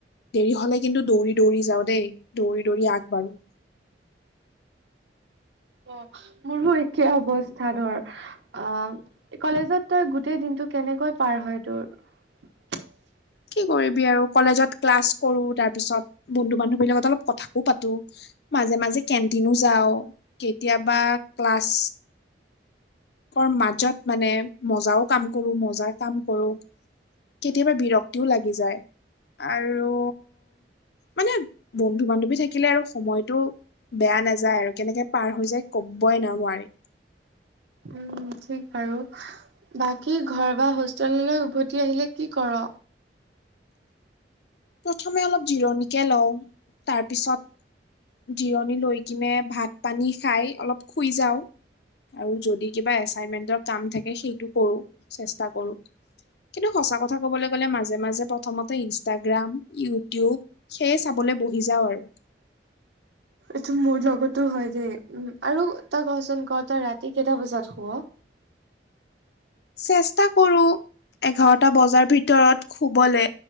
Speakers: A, on the left; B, on the right.
A: দেৰি হলে কিন্তু দৌৰি -দৌৰি যাওঁ দেই। দৌৰি- দৌৰি আগবাঢ়োঁ।
B: অ, মোৰো একে অৱস্থা ধৰ। অ, কলেজত তই গোটেই দিনটো কেনেকৈ পাৰ হয় তোৰ? <inaudible>
A: কি কৰিবি আৰু। কলেজত ক্লাছ কৰো তাৰ পিছত বন্ধু- বান্ধবী লগত অলপ কথাকো পাতো। মাজে- মাজে কেণ্টিনো যাওঁ। কেতিয়াবা ক্লাছ, ৰ মাজত মানে মজাও কাম কৰো। মজাৰ কাম কৰো। কেতিয়াবা বিৰক্তিও লাগি যায়। আৰু, মানে বন্ধু -বান্ধৱী থাকিলে আৰু সময়টো বেয়া নাযায় আৰু, কেনেকে পাৰ হৈ যায় কবই না নোৱাৰি।
B: উম ঠিক বাৰু বাকী ঘৰ বা হোষ্টেললৈ উভতি আহিলে কি কৰ?
A: প্ৰথমে অলপ জিৰণিকে লওঁ তাৰপিছত জিৰণি লৈ কিনে ভাত পানী খাই অলপ শুই যাওঁ। আৰু যদি কিবা এচাইনমেন্টৰ কাম থাকে সেইটো কৰো চেষ্টা কৰো কিন্তু সঁচা কথা ক'বলৈ গ'লে মাজে মাজে প্ৰথমতে ইনষ্টা গ্ৰাম ইউটিউব সেয়ে চাবলৈ বহি যাওঁ আৰু
B: এইটো মোৰ লগতো হয় দেই উ আৰু তই কচোন ক তই ৰাতি কেইটা বজাত শুৱ?
A: চেষ্টা কৰো এঘাৰটা বজাৰ ভিতৰত শুবলে